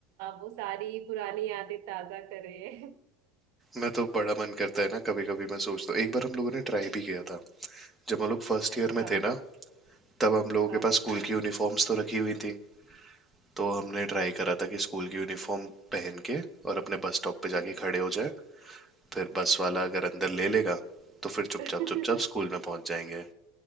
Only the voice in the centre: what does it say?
मैं तो बड़ा मन करता है ना कभी कभी मैं सोचता हूँ एक बार हम लोगों ने ट्राई भी किया था जब हम लोग फर्स्ट
ईयर में थे ना तब हम लोगों
के पास
स्कूल की यूनिफॉर्म्स तो रखी हुई थी तो हमने ट्राई करा था कि स्कूल की यूनिफॉर्म पहन के और अपने बस स्टॉप पे जाके
खड़े हो जाए फिर बस वाला अगर अंदर ले लेगा तो फिर चुपचाप
चुपचाप स्कूल में पहुंच जाएंगे